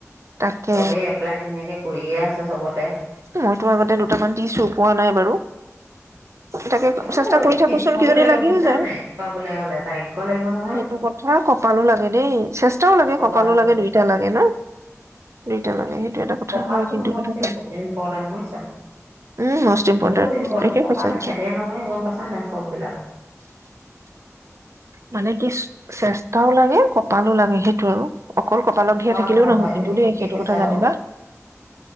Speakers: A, on the right; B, on the right.
A: তাকে
B: চবে এপ্লাই ধুনীয়াকে কৰিয়ে আছে চবতে
A: মইতো আগতে দুটামান দিছো পোৱা নাই বাৰু তাকে
B: অ
A: চেষ্টা কৰি থাকোচোন
B: কিষ্মতো
A: কিজানি
B: লাগিব
A: লাগিও
B: বুইছ
A: যায়
B: নে নাই পাবলৈ হ'লে ভাগ্য লাগিব নহয়
A: সেইটো কথা কপালো লাগে দেই চেষ্টা টাও লাগে
B: কপাল
A: কঁপালো
B: লাগিব
A: লাগে দুইটা লাগে ন দুইটা লাগে সেইটো এটা কথা
B: কপালটো
A: হয় কিন্তু
B: মষ্ট
A: কথাটো
B: ইম্পৰ্টেণ্ট বুজিছা
A: উম মষ্ট ইম্পৰ্টেণ্ট
B: বহুত ইম্পৰ্টেনট
A: একে
B: কপালে
A: সঁচা কথা
B: খেদে নহয় গম পাইছা নে চব বিলাক
A: মানে কি চেষ্টাও লাগে কপালো লাগে সেইটো আৰু অকল কপালত ধেৰ
B: হয়
A: থাকিলেও
B: হয়
A: নহয়
B: হয়
A: কিন্তু
B: তুমি
A: দেই
B: ঠিকে
A: সেইটো
B: কৈছা
A: কথা জানিবা
B: আৰু